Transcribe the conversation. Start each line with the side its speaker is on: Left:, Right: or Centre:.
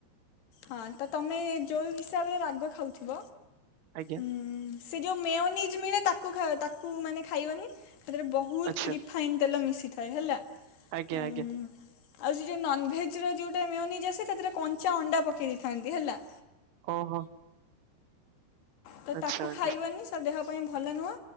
Left: ହଁତ ତମେ ଯୋଉ ହିସାବରେ ରାଗ ଖାଉଥିବ
Right: ଆଜ୍ଞା
Left: ଉୁଁ। ସେ ଯୋଉ ମେୟୋନିଜ ମିଳେ ତାକୁ ଖା ତାକୁ ମାନେ ଖାଇବନି ସେଥିରେ ବହୁତ
Right: ଆଚ୍ଛା
Left: ରିଫ ଫାଇନ ତେଲ ମିଶିଥାଏ ହେଲା
Right: ଆଜ୍ଞା
Left: ଉୁଁ।
Right: ଆଜ୍ଞା
Left: ଆଉ ସେ ଯୋଉ ନନଭେଜର ଯୋଉଟା ମେୟୋନିଜ ଆସେ ସେଥିରେ କଞ୍ଚା ଅଣ୍ଡା ପକେଇ ଦେଇଥାନ୍ତି ହେଲା।
Right: ଓହୋ।
Left: ତ
Right: ଆଚ୍ଛା
Left: ତାକୁ
Right: ଆଣ୍ଟି
Left: ଖାଇବନି ସେ ଦେହ ପାଇଁ ଭଲ ନୁହଁ।